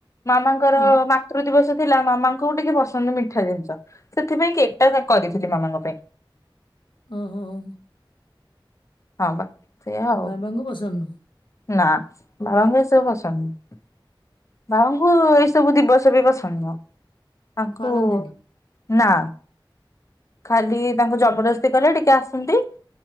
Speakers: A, on the left; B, on the left.
A: ମାମାଙ୍କର ମା
B: ବ-
A: ମାତୃ ଦିବସ ଥିଲା, ମାମାଙ୍କୁ ଟିକେ ପସନ୍ଦ ମିଠା ଜିନିଷ। ସେଥିପାଇଁ କେକ୍ ଟା କରିଥିଲି ମାମାଙ୍କ ପାଇଁ।
B: ଓହୋ! ହ ହ ହ।
A: ହଁ, ବା ସେଇଆ ଆଉ।
B: ବାବାଙ୍କୁ ପସନ୍ଦ ନୁହଁ
A: ନା, ବାବାଙ୍କୁ ଏ ସବୁ ପସନ୍ଦ ନୁ। ବାଉଙ୍କୁ ଏଇସବୁ ଦିବସ ପିବସ ନୁହଁ ତାଙ୍କୁ-ଉ
B: ପାଳନ୍ତିନି।
A: ନା। ଖାଲି, ତାଙ୍କୁ ଜବରଦସ୍ତି କଲେ ଟିକେ ଆସନ୍ତି।